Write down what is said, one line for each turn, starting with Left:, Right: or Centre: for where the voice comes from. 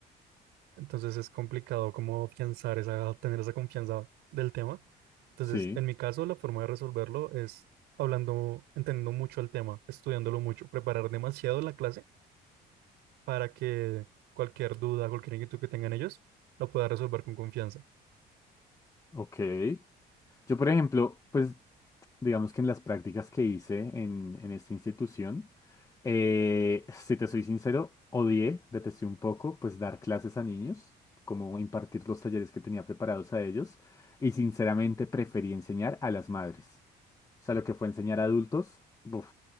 Right: Entonces es complicado como afianzar esa, tener esa confianza del tema. Entonces,
Left: Sí,
Right: en mi caso, la forma de resolverlo es hablando, entendiendo mucho el tema, estudiándolo mucho, preparar demasiado la clase para que cualquier duda, cualquier inquietud que tengan ellos, lo pueda resolver con confianza.
Left: ok. Yo, por ejemplo, pues digamos que en las prácticas que hice en, en esta institución, eh, si te soy sincero, odié, detesté un poco, pues dar clases a niños, como impartir los talleres que tenía preparados a ellos, y sinceramente preferí enseñar a las madres. O sea, lo que fue enseñar a adultos, uf,